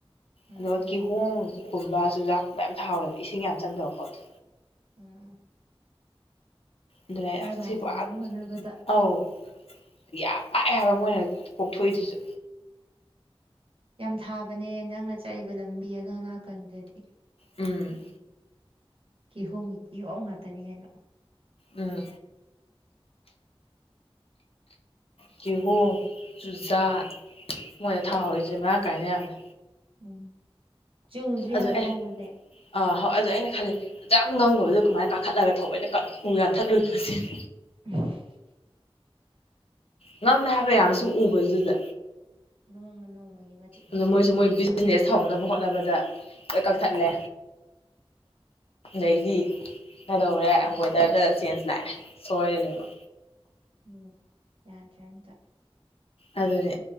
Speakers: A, on the right; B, on the left.
A: ꯎꯝ
B: ꯑꯗꯨꯒ ꯀꯤꯍꯣꯝꯒꯨꯝꯕ ꯆꯨꯖꯥꯛꯀꯨꯝꯕ ꯌꯥꯝ ꯊꯥꯎꯋꯦꯕ ꯏꯁꯤꯡ ꯌꯥꯝ ꯆꯪꯗꯕ ꯄꯣꯠꯇꯣ
A: ꯎꯝ
B: ꯑꯗꯨꯅ
A: ꯀꯔꯕꯥꯔ
B: ꯁꯤꯕꯨ
A: ꯇꯧꯅꯕ ꯍꯣꯠꯅꯕꯗ
B: ꯑꯧ ꯌꯥꯝ ꯄꯥꯛꯑꯦ ꯍꯥꯏꯕ ꯃꯣꯏꯅ ꯀꯣꯛꯊꯣꯛꯏꯁꯤꯁꯨ
A: ꯌꯥꯝ ꯊꯥꯕꯅꯦ ꯅꯪꯅ ꯆꯠꯂꯤꯕ ꯂꯝꯕꯤ ꯑꯗꯣ ꯅꯥꯀꯟꯗꯗꯤ
B: ꯎꯝ
A: ꯀꯤꯍꯣꯝꯒꯤ ꯀꯤꯍꯣ ꯉꯥꯛꯇꯅꯤ ꯀꯩꯅꯣ
B: ꯎꯝ ꯀꯤꯍꯣꯝ ꯆꯨꯖꯥꯛ ꯃꯣꯏꯅ ꯊꯥꯍꯧꯔꯤꯁꯦ ꯃꯔꯥꯡ ꯀꯥꯏꯅ ꯌꯥꯝꯅ
A: ꯎꯝ ꯆꯨꯁꯨ
B: ꯑꯗꯨ
A: ꯌꯥꯝ
B: ꯑꯦ
A: ꯍꯧꯕꯅꯦ
B: ꯑꯥ ꯍꯣꯏ ꯑꯗꯨꯗ ꯑꯩꯅ ꯈꯜꯂꯤ ꯌꯥꯝꯖ ꯉꯪꯕꯗꯣ ꯀꯃꯥꯏꯅ ꯀꯥꯈꯠꯂꯒ ꯊꯑꯣꯏꯅ ꯀ ꯎ ꯌꯥꯟꯊꯠꯂꯣꯏꯅꯣ ꯁꯤꯅꯤ
A: <inaudible>
B: ꯉꯝꯃꯦ ꯍꯥꯏꯕ ꯌꯥꯝꯅꯁꯨ ꯎꯕ ꯑꯗꯨꯗ
A: ꯅꯣꯡꯃ ꯅꯣꯡꯃꯒꯤ ꯃꯆꯤꯠ ꯃꯆꯤꯠ
B: ꯑꯗꯨ ꯃꯣꯏꯁꯨ
A: ꯃꯆꯤꯠ
B: ꯃꯣꯏ ꯕꯤꯖꯤꯅꯦꯁ
A: ꯇꯧꯔꯒꯅꯤ
B: ꯍꯧꯅꯕ ꯍꯣꯠꯅꯕꯗ ꯂꯣꯏ ꯀꯛꯊꯠꯂꯦ ꯑꯩꯗꯤ
A: ꯃꯥ
B: ꯀꯩꯗꯧꯔꯦ ꯋꯦꯗꯔꯗ ꯆꯦꯟꯖ ꯂꯥꯛꯑꯦ ꯁꯣꯏꯔꯦ ꯂꯩꯕ
A: ꯎꯝ ꯌꯥꯗ꯭ꯔꯦ ꯑꯝꯇ
B: ꯑꯗꯨꯅꯦ